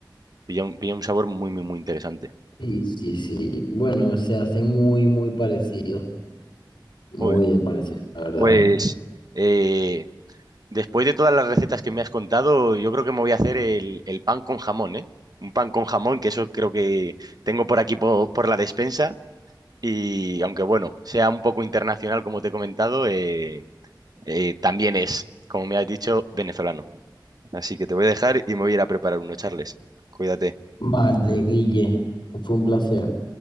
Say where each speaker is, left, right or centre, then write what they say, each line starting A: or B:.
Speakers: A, on the right; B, on the left.
A: Pilla un, pilla un sabor muy, muy, muy interesante.
B: Sí, sí, sí. Bueno, se hacen muy, muy parecidos. Muy
A: Joder.
B: parecidos, la verdad.
A: Pues eh, Después de todas las recetas que me has contado, yo creo que me voy a hacer el, el pan con jamón, ¿eh? Un pan con jamón, que eso creo que tengo por aquí po- por, la despensa. Y aunque bueno, sea un poco internacional, como te he comentado, eh, eh, también es, como me has dicho, venezolano. Así que te voy a dejar y me voy a ir a preparar uno, Charles. Cuídate.
B: Vale, Guille, fue un placer.